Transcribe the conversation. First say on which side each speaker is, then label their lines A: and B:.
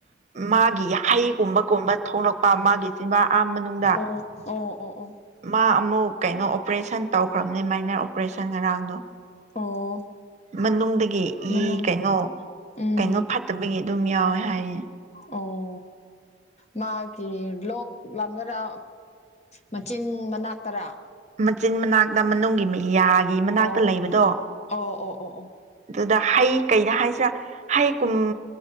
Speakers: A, on the right; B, on the left.
A: ꯃꯥꯒꯤ ꯍꯩꯒꯨꯝꯕꯒꯨꯝꯕ ꯊꯣꯛꯂꯛꯄ ꯃꯥꯒꯤ ꯆꯤꯕꯥ ꯑꯥ ꯃꯅꯨꯡꯗ
B: ꯑꯣ ꯑꯣ ꯑꯣ ꯑꯣ
A: ꯃꯥ ꯑꯃ ꯀꯩꯅꯣ ꯑꯣꯄꯔꯦꯁꯟ ꯇꯧꯈ꯭ꯔꯕꯅꯦ ꯃꯥꯏꯅꯔ ꯑꯣꯄꯔꯦꯁꯟ ꯉꯔꯥꯡꯗꯣ
B: ꯑꯣ
A: ꯃꯅꯨꯡꯗꯒꯤ
B: ꯃꯅꯨꯡ
A: ꯀꯩꯅꯣ
B: ꯎꯝ
A: ꯀꯩꯅꯣ ꯐꯠꯇꯕꯒꯤ ꯑꯗꯨꯝ ꯌꯥꯎꯋꯦ ꯍꯥꯏꯌꯦ
B: ꯑꯣ ꯃꯥꯒꯤ ꯂꯣꯛ ꯂꯥꯝꯅꯔ ꯃꯆꯤꯟ ꯃꯅꯥꯛꯇꯔꯥ
A: ꯃꯆꯤꯟ ꯃꯅꯥꯛꯇ ꯃꯅꯨꯡꯒꯤ ꯃꯤꯌꯥꯒꯤ ꯃꯅꯥꯛꯇ
B: ꯑꯣ
A: ꯂꯩꯕꯗꯣ
B: ꯑꯣ ꯑꯣ ꯑꯣ ꯑꯣ
A: ꯑꯗꯨꯗ ꯍꯩ ꯀꯩꯅ ꯍꯥꯏꯁꯤꯔꯥ ꯍꯩ ꯀꯨꯝ